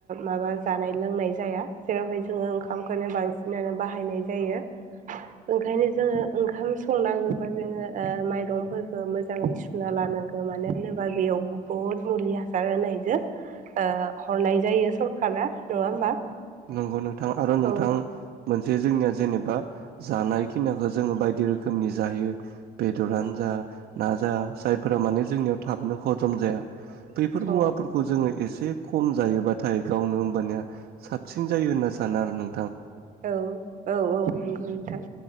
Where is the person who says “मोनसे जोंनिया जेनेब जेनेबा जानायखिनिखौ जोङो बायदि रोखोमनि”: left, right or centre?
Right